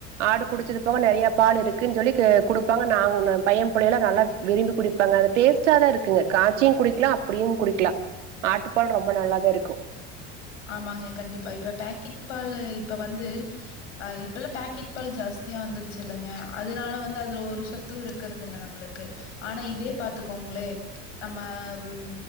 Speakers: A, on the right (about 80°); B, on the left (about 85°).
A: ஆடு குடிச்சது போக நெறைய பால் இருக்குன்னு சொல்லி குடுப்பாங்க நா பையன் புள்ளையெல்லாம் நல்லா விரும்பி குடிப்பாங்க அந்த டேஸ்ட்டா தான் இருக்குங்க காய்சியும் குடிக்கலாம் அப். அப்படியும் குடிக்கலாம் ஆட்டுப்பால் ரொம்ப நல்லாதான் இருக்கும்.
B: ஆமாங்க கண்டிப்பா இப்ப பேக்கெட் பால் இப்ப வந்து அஹ இப்பல்லா பேக்கெட் பால் ஜாஸ்தியா வந்துருச்சு இல்லங்க அதனால வந்து அதுல ஒரு சத்து இருக்கறதில்ல நம்மளுக்கு. ஆனா இதே பாத்துக்கோங்களே நம்ம ம்